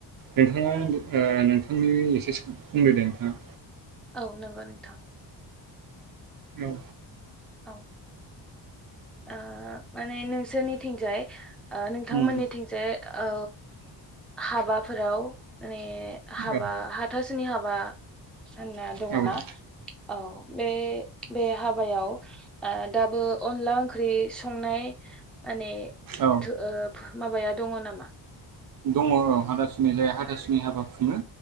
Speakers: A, on the right (about 50°); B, in the centre.
A: नोंथाङा नोंथांनि एसे बुंदै दे नोंथाङा
B: औ नंगौ नोंथां
A: औ
B: औ ओ माने नोंसोरनिथिंजाय नोंथांमोननिथिंजाय
A: उम
B: औ हाबाफोराव माने हाबा
A: औ
B: हाथासोनि हाबा सानना दङना
A: औ
B: औ बे बे हाबायाव दाबो अनला ओंख्रि संनाय माने
A: औ
B: ओ <unintelligible> माबाया दङ नामा?
A: दङ औ हाथासुनि जाया हाथासुनि हाबा खुङो